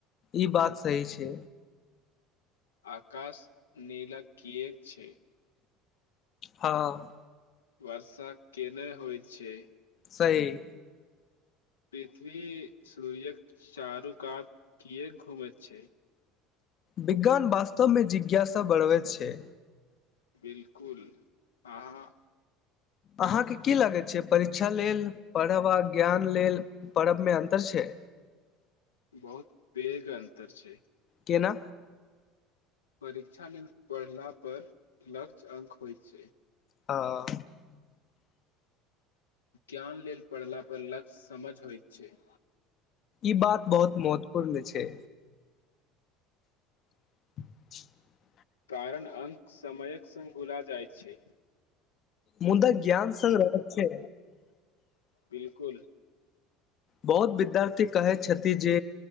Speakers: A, on the left (about 45°); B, on the left (about 80°).
A: ई बात सही छै
B: आकाश नीला किऐक छै
A: हँ
B: वर्षा केने होइ छै
A: सही
B: पृथ्वी सूर्य्यक चारूकात कियाक घूमै छै
A: विज्ञान वास्तवमे जिज्ञासा बढ़बैत छै
B: बिलकुल अहाँ
A: अहाँके की लागै छै परीक्षा लेल पढ़ब आ ज्ञान लेल पढ़बमे अन्तर छै
B: बहुत पेघ अन्तर छै
A: केना
B: परीक्षा लेल पढ़ला पर लक्ष्य अंक होइत छै
A: ह
B: ज्ञान लेल पढ़ला पर लक्ष्य समझ होइत छै
A: ई बात बहुत महत्वपूर्ण छै <inaudible>
B: कारण अं्क समयक सङ्ग भुला जाइ छै
A: मुदा ज्ञान सग्रहक छै
B: बिलकुल
A: बहुत विद्यार्थी कहै छथि जे